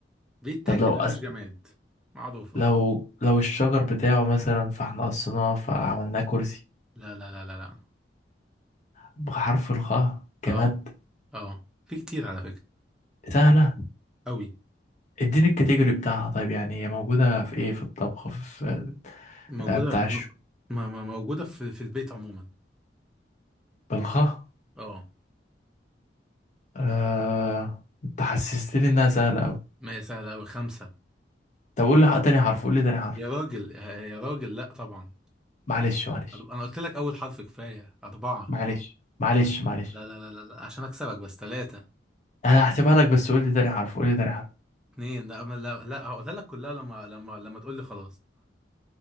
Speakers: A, in the centre; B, on the left.
A: بيتاكل
B: طب لو
A: مفيش
B: أس...
A: جماد معروفة
B: لو لو الشجر بتاعه مثلا فاحنا قصيناه فعملناه كرسي
A: لا لا لا لا لا
B: بحرف الخاء
A: اه
B: جماد
A: اه في كتير على فكرة
B: سهلة
A: قوي
B: اديني الكاتيجوري بتاعها طيب يعني هي موجودة في ايه في الطبخ في ال-
A: موجودة
B: آه، بتاعش
A: م... م... م- موجودة في في البيت عموما
B: بالخاء
A: اه
B: آه... انت حسستني انها سهلة اوي
A: ما هي سهلة أوي خمسة
B: طب قول لي حق- تاني حرف قول لي تاني حرف
A: يا راجل يا راجل لا طبعا
B: معلش معلش
A: أرب- انا قلت لك اول حرف كفايه اربعه
B: معلش معلش معلش
A: لا لا لا لا لا، عشان اكسبك بس ثلاثه
B: انا هحسبها لك بس قول لي تاني حرف قول لي تاني حرف
A: اتنين لا ما- لا لا هقولها لك كلها لما لما لما تقول لي خلاص